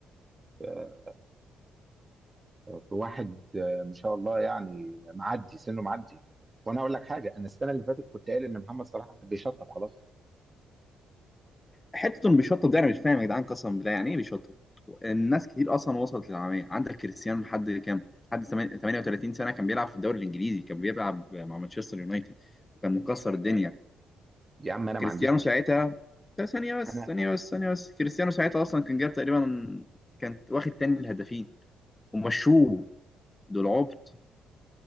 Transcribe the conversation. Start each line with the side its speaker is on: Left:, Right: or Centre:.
Right: آه، في واحد آه، ما شاء الله يعني معدي سنه معدي وانا اقول لك حاجه انا السنه اللي فاتت كنت قايل ان محمد صلاح بيشطب خلاص
Left: حته انه بيشطب ده انا مش فاهم يا جدعان قسما بالله يعني ايه بيشطب الناس كتير اصلا وصلت للعالميه عندك كريستيانو لحد كام لحد 38 سنه كان بيلعب في الدوري الانجليزي كان بيلعب مع مانشستر يونايتد وكان مكسر الدنيا
Right: يا عم انا ما
Left: كريستيانو
Right: عنديش مشكله
Left: ساعتها لا، ثانية بس
Right: انا
Left: ثانية بس ثانية بس كريستيانو ساعتها أصلا كان جاب تقريبا كان واخد تاني الهدافين ومشوه دول عبط